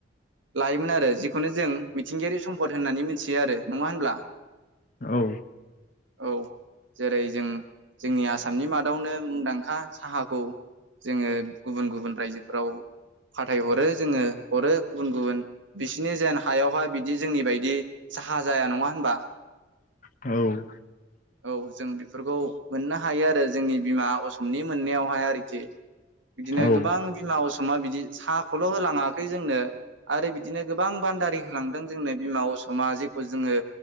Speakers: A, on the right (about 85°); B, on the left (about 45°).
A: लायोमोन आरो जिखौनो जों मिथिंगायारि सम्पद होननानै मिथियो आरो नङा होनब्ला?
B: औ
A: औ जेरै जों जोंनि आसामनि मादावनो मुंदांखा साहाखौ जोङो गुबुन गुबुन रायजो राव फाथायहरो जोङो हरो गुबुन गुबुन बिसोरनि जेन हायावहााय बिदि जोंनि बायदि साहा जाया नङा होनबा
B: औ
A: औ जों बेफोरखौ मोननो हायो आरो जोंनि बिमा असमनि मोननायावहाय आरोखि बिदिनो
B: औ
A: गोबां बिमा अस समा बिदि साहाखौल' होलाङाखै जोंनो आरो बिदिनो गोबां बान्दारि लांदों जोंनो बिमा असमा जेखौ जोङो